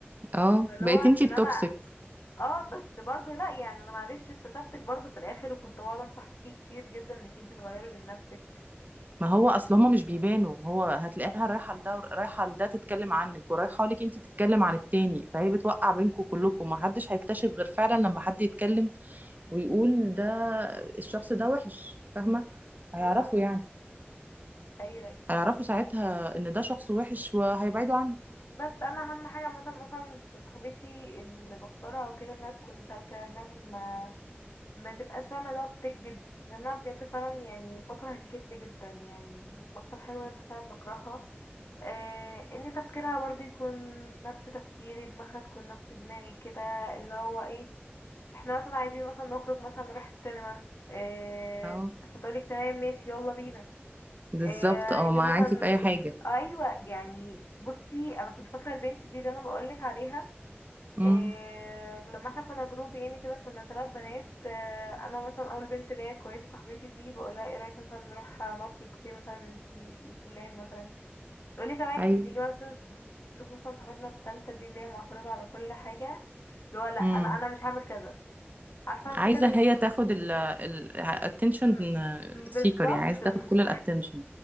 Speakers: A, on the right (about 40°); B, on the left (about 80°).
A: اه
B: اللي
A: بقيت
B: هو عشان
A: انتي التوكسيك
B: انا اه بس برضو لا يعني انا معلش اكتشفتك برضو في الاخر وكنت بقعد انصح فيكي كتير جدا انك انتي تغيري من نفسك
A: ما هو
B: وانتي
A: اصل هما مش بيبانوا هو هتلاقيها رايحه لده ور- رايحه لده تتكلم عنك ورايحه لك انتي تتكلم عن التاني فهي بتوقع بينكم كلكم ما حدش هيكتشف غير فعلا لما حد يتكلم ويقول ده الشخص ده وحش فاهمة هيعرفوا
B: بالظبط
A: يعني
B: ايوه اكيد
A: هيعرفوا ساعتها ان ده شخص وحش وهيبعدوا عنه
B: بس انا اهم حاجه مثلا مثلا في صاحبتي اللي بختارها وكده انها تكون سالكه انها ما, ما تبقاش فاهمه اللي هو بتكذب لان انا بجد فعلا يعني بكره الكذب جدا يعني اكتر حاجه بجد فعلا بكرهها آه ان تفكيرها برضو يكون نفس تفكيري دماغها تكون نفس دماغي كده اللي هو ايه احنا مثلا عايزين مثلا نخرج مثلا نروح السينما اه
A: اه
B: فتقولك تمام ماشي يلا بينا
A: بالظبط
B: اه عايزين
A: اه معاكي
B: مثلا
A: في اي حاجة
B: ايوه يعني بصي انا كنت فاكره البنت دي اللي انا بقولك عليها اه
A: امم
B: لما احنا كنا جروب يعني كده كنا ثلاث بنات اه انا مثلا اول بنت اللي هي كويسه صاحبتي دي بقولها ايه رايك مثلا نروح نقعد في الكافيه مثلا الف- الفلان مثلا تقولي تمام
A: ايوه
B: نيجي مثلا نشوف مثلا صاحبتنا التالتة دي اللي هي معترضه على كل حاجه اللي هو لا انا
A: امم
B: انا مش هعمل كذا عارفة
A: عايزة
B: كده بيكون
A: هي تاخد ال ال attention
B: م- م-
A: seeker
B: بالظبط
A: يعني عايزة
B: م-
A: تاخد كل ال attention